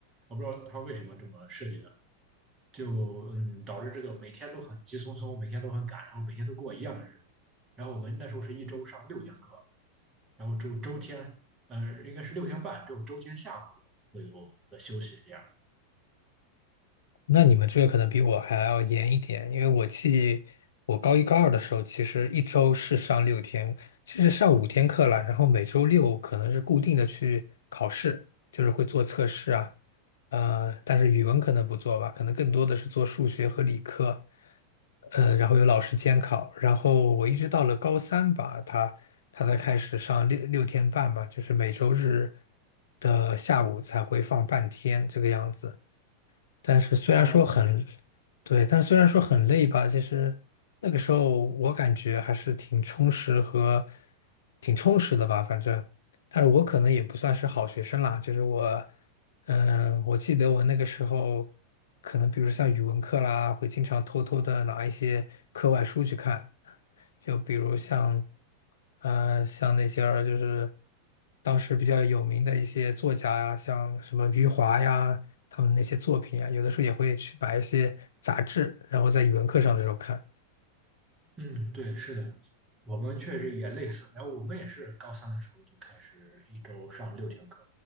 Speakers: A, on the right; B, on the left.
A: 我不知道他为什么这么设计的，就嗯导致这个每天都很急匆匆，每天都很赶，然后每天都过一样的日子，然后我们那时候是一周上六天课。然后周周天，呃，应该是六天半，只有周天下午会有一个休息这样。
B: 那你们这个可能比我还要严一点，因为我记我高一高二的时候，其实一周是上六天，其实上五天课了，然后每周六可能是固定的去考试，就是会做测试啊，呃，但是语文可能不做吧，可能更多的是做数学和理科，呃，然后有老师监考，然后我一直到了高三吧，他他才开始上六六天半吧，就是每周日的下午才会放半天这个样子。但是虽然说很，
A: 哦，
B: 对，但是虽然说很累吧，其实那个时候我感觉还是挺充实和挺充实的吧，反正，但是我可能也不算是好学生啦，就是我，嗯、我记得我那个时候，可能比如像语文课啦，会经常偷偷的拿一些课外书去看，就比如像，呃，像那些儿就是当时比较有名的一些作家呀，像什么余华呀，他们那些作品啊，有的时候也会去把一些杂志，然后在语文课上的时候看。
A: 嗯，对，是的，我们确实也类似。然后我们也是高三的时候就开始一周上六天课，